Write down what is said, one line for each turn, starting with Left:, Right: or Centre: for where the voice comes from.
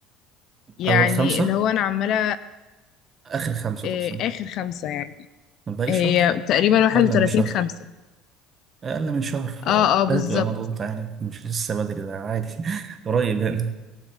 Left: يعني
Right: أول خمسة
Left: اللي هو انا عماله
Right: آخر خمسة
Left: اه،
Right: تقصد
Left: اخر خمسة يعني
Right: باقي
Left: هي
Right: شهر
Left: تقريبا 31
Right: أقل من شهر
Left: خمسة
Right: أقل من شهر ف-
Left: اه اه
Right: بدأت
Left: بالظبط
Right: تبقى مضغوطة يعني مش لسه بدري ده عادي <laughs> قريب يعني